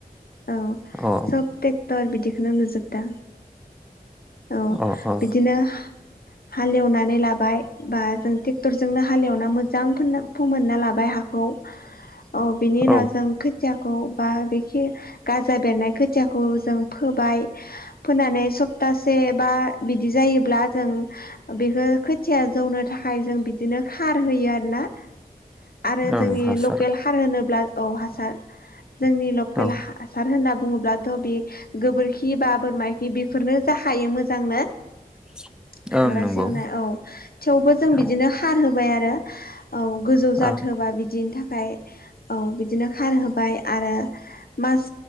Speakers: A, on the left; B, in the centre.
A: औ
B: अ
A: सब ट्रेक्टर बिदिखौनो नुजोबदों औ
B: अ
A: बिदिनो हालेवनानै लाबाय बा जों ट्रेक्टरजोंनो हालेवना मोजां फो फोमोनना लाबाय हाखौ औ बिनि उनाव
B: औ
A: खो थियाखौ बा बेखि गाजा बेरनाय खोथियाखौ जों फोबाय फोनानै सप्तासे बा बिदि जायोब्ला जों बेखौ खोथिया जौनो थाखाय जों बिदिनो खार होयो आरो ना आरो
B: ओं
A: जोंनि
B: हासार
A: लकेल हार होनोब्ला औ हासार जोंनि लकेल
B: औ
A: हा हासार होनना बुङोब्लाथ' बे गोबोरखि बा बोरमा खि बेफोरनो जाखायो मोजांनो
B: <inaudible>
A: हाग्रा
B: नंगौ
A: सेवनाय औ थेवबो जों बिदिनो
B: औ
A: खार होबाय आरो औ गोजौ जाथोबा
B: ओं
A: बिदिनि था खाय औ बिदिनो खार होबाय आरो मास